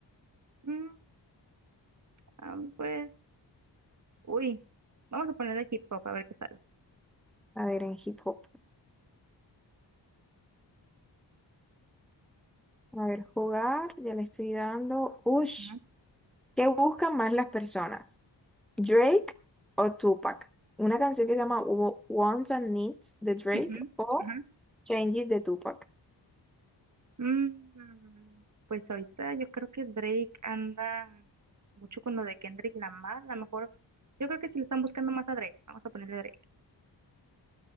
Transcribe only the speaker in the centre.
A ver, en hip hop. A ver, jugar, ya le estoy dando. Ush,
¿qué buscan más las personas? Drake o Tupac. Una canción que se llama Wo- Wants and Needs de Drake
o
Changes de Tupac.